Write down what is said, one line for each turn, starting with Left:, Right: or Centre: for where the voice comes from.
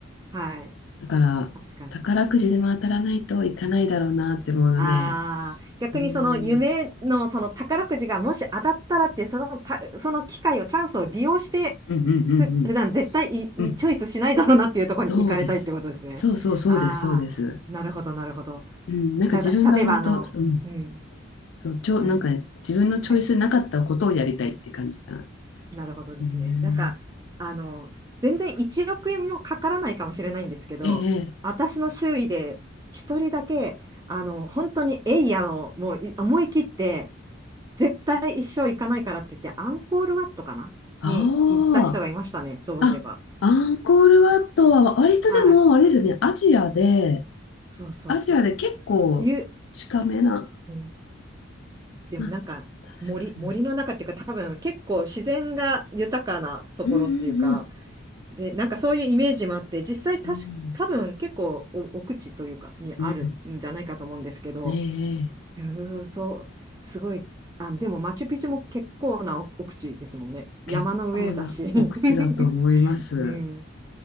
Right: はい。
Left: だから、
Right: 確かに。
Left: 宝くじでも当たらないといかないだろうなって思うので、
Right: ああ、逆にその夢のその宝くじがもし当たったらって、
Left: うん、
Right: そのた、その機会を、チャンスを利用して、
Left: うんうんうん
Right: ふ、普段絶対いいチョイスしないだろうなっていうところに行かれたいってことですね。
Left: うん。うんそうです。そうそうそうです、
Right: ああ、
Left: そうです。
Right: なるほど、なるほど。
Left: うん、なんか自分が本当、
Right: ただ、例えば、あの、
Left: うん、
Right: うん、
Left: そう、ちょ、
Right: うん、
Left: なんか自分のチョイスなかったことをやりたいって感じかな。
Right: はい、なるほどですね。
Left: うん、
Right: なんか、あの、全然1億円もかからないかもしれないんですけど、
Left: ええ、
Right: 私の周囲で一人だけ、あの、本当にエイヤの、もうい思い切って、絶対一生行かないからって言って、アンコールワットかなに行った人がいましたね、
Left: あ
Right: そういえば。
Left: あ、あ、アンコールワットは割とでも、
Right: はい。
Left: あれですよね、アジアで、
Right: そうそうそう。
Left: アジアで結構近めな、
Right: ゆ、うん、でもなんか森、
Left: まあ、確かに。
Right: 森の中っていうか、多分結構自然が豊かなところっていうか、
Left: うんうんうん。
Right: で、なんかそういうイメージもあって、実際たし、
Left: うん、
Right: 多分結構お奥地というかにあるんじゃないかと思うんですけど、
Left: うん、ええ
Right: うーそう、すごい、あ、でもマチュピチュも結構な奥奥地ですもんね。山の上だし。
Left: 結構なお口だと思います。
Right: <laughs> うん。